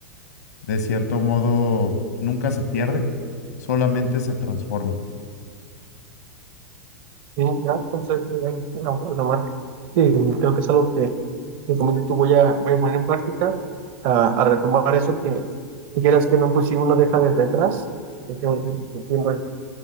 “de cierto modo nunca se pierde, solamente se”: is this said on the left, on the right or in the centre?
Left